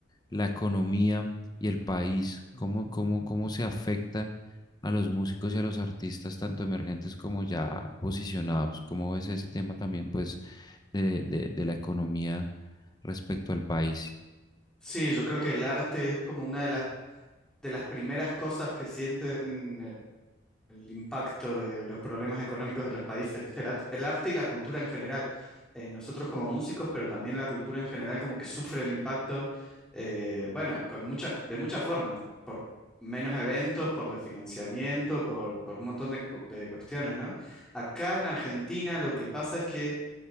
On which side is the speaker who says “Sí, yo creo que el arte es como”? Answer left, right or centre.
Centre